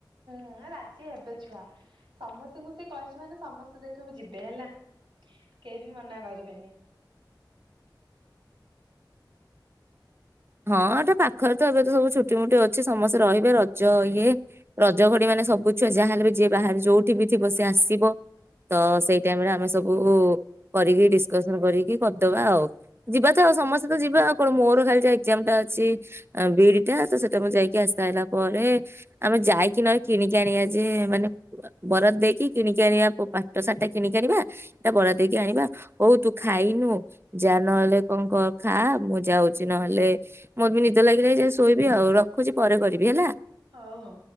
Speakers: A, on the right; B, on the right.
A: ହଁ ରାଜି ହେବେ ଛୁଆ ସମସ୍ତଙ୍କୁ ସେ କହିଛି ମାନେ ସମସ୍ତେ ଦେଖିବୁ ଯିବେ ହେଲା। କେହି ବି ମନା କରିବେନି।
B: ହଁ ଏଟା ପାଖରେ ତ ଏବେ ତ ସବୁ ଛୁଟିମୁଟି ଅଛି ସମସ୍ତେ ରହିବେ ରଜ ଇଏ ରଜ ଘଡି ମାନେ ସବୁ ଛୁଆ ଯାହାହେଲେ ବି ଯିଏ ବାହାରେ ଯୋଉଠି ବି ଥିବ ସେ ଆସିବ ତ ସେଇ ଟାଇମ ରେ ଆମେ ସବୁ କରିକି ଡିସକସନ କରିକି କରିଦବା ଆଉ। ଯିବା ତ ଆଉ ସମସ୍ତେ ତ ଯିବା ଆଉ। କଣ ମୋର ଖାଲି ଯାଇ। ଯେମ ଟା ଅଛି ବି ଇ ଡି ଟା ସେଟା ମୁଁ ଯାଇକି ଆସିଲା ପରେ ଆମେ ଯାଇକି ନହେଲେ କିଣିକି ଆଣିବା ଯେ ମାନେ ବରାଦ ଦେଇକି କିଣିକି ଆଣିବା ପାଟ ସାରୀ ଟା କିଣିକି ଆଣିବା ସେଇଟା ବରାଦ ଦେଇକି ଆଣିବା ହଉ ତୁ ଖାଇନୁ ଯା ନହେଲେ କଣ କ ଖା ମୁଁ ଯାଉଛି ନହେଲେ। ମୋତେ ବି ନିଦ ଲାଗିଲାଣି ଶୋଇବି ଆଉ ରଖୁଛି ପରେ କରିବି ହେଲା।
A: ହଉ ହଉ।